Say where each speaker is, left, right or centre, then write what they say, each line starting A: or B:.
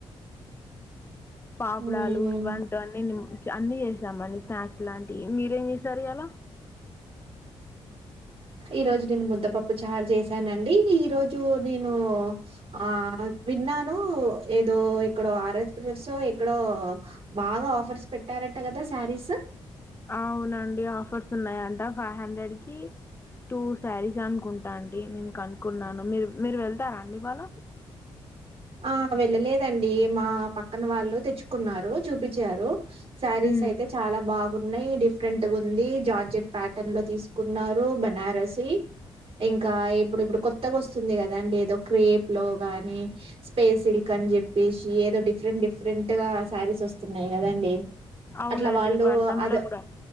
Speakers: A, on the left; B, on the right.
A: పాపుడలు
B: మ్మ్
A: ఇవ్వంటి నిమ్ అన్నీ చేసాంమండి స్నాక్స్ లాంటివి మీరేం చేశారు ఇయ్యాల
B: ఈ రోజు నేను ముద్దపప్పు చార్ చేసిన సరే అండి ఈరోజు నేను ఆ విన్నాను ఏదో ఇక్కడో ఆర్ఎస్ బ్రెజర్స్ ఎక్కడో బాగా ఆఫర్స్ పెట్టారంట కదా సరీస్
A: అవునండి ఆఫర్స్ ఉన్నాయంట ఫైవ్ హండ్రెడ్ కి టూ సరీస్ అనుకుంటా అండి నేను కనుక్కున్నాను మీరు మీరు వెళ్తారా అండి ఇవాళ
B: ఆ వెళ్ళలేదండి మా పక్కన వాళ్ళు తెచ్చుకున్నారు చూపించారు సరీస్
A: హ్మ్.
B: అయితే చాలా బాగు న్నాయి డిఫరెంట్ ఉంది జార్జెట్ ప్యాటర్న్ లో తీసుకున్నారు బనారస్ ఈ ఇంకా ఇప్పుడు ఇప్పుడు కొత్తగా వస్తుంది కదాండి ఏదో క్రేప్ లో గాని పెసిల్క్ అని చెప్పేసి ఏదో డిఫ రెట్ డిఫరెంట్ గా శారీస్ వస్తున్నాయి కదండి
A: అవునండి
B: అట్లా వాళ్ళు
A: వర్ణంలో
B: అద
A: కూడా